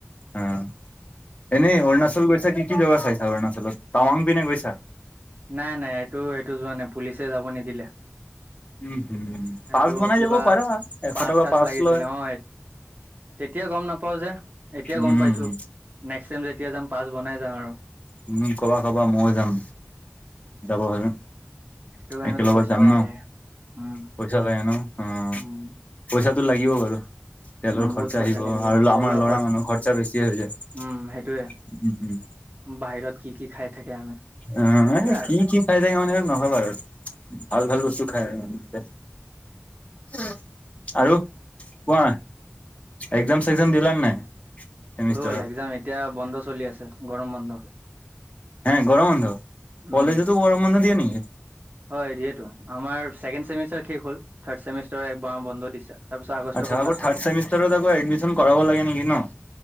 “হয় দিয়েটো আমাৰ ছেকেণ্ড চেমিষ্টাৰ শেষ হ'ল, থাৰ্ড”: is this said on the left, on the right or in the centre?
Right